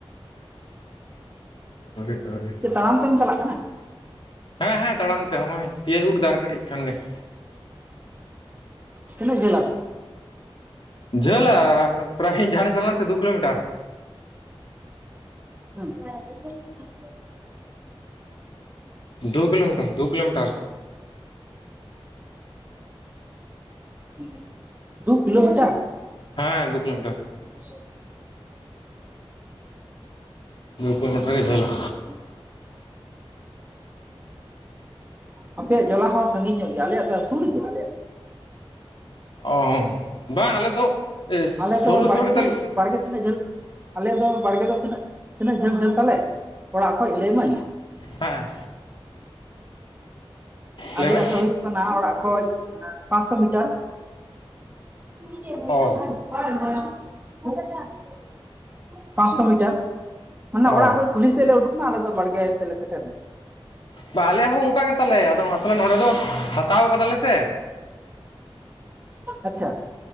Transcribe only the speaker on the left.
ᱟᱹᱣᱨᱤ ᱟᱹᱣᱨᱤ
ᱦᱮᱸ ᱦᱮᱸ ᱛᱟᱲᱟᱢ ᱛᱮ ᱱᱚᱜᱼᱚᱭ ᱛᱤᱭᱟᱹᱜ ᱟᱹᱜᱩ ᱠᱮᱫᱟ ᱟᱨ ᱠᱟᱹᱴᱤᱡ ᱠᱷᱟᱱ ᱜᱮ ᱾
ᱡᱷᱟᱹᱞᱟ ᱯᱨᱟᱭ ᱤᱧ ᱡᱟᱦᱟ ᱨᱮᱧ ᱪᱟᱞᱟᱣ ᱞᱮᱱ ᱛᱟᱦᱮᱱ ᱫᱩ ᱠᱤᱞᱳᱢᱤᱴᱟᱨ ᱾
ᱫᱩ ᱠᱤᱞᱳᱢᱤᱴᱟᱨ, ᱫᱩ ᱠᱤᱞᱳᱢᱤᱴᱟᱨ᱾
ᱦᱮᱸ ᱫᱩ ᱠᱤᱞᱳᱢᱤᱴᱟᱨ᱾
ᱫᱩ ᱠᱤᱞᱳᱢᱤᱴᱟᱨ ᱜᱮ ᱡᱷᱟᱹᱞᱟ᱾
ᱚ ᱵᱟᱝ ᱟᱞᱮ ᱫᱚ
ᱥᱳᱨ ᱫᱚ
ᱥᱳᱨ ᱜᱮᱛᱟ
ᱞᱮ
ᱦᱮᱸ᱾ ᱞᱟᱹᱭ
ᱢᱮ
ᱚ
ᱚ
ᱵᱟ ᱟᱞᱮᱭᱟᱜ ᱦᱚᱸ ᱚᱱᱠᱟ ᱜᱮ ᱛᱟᱞᱮ ᱟᱫᱚ ᱟᱥᱚᱞᱮ ᱱᱚᱸᱰᱮ ᱫᱚ ᱦᱟᱛᱟᱣ ᱠᱟᱫᱟ ᱞᱮ ᱥᱮ᱾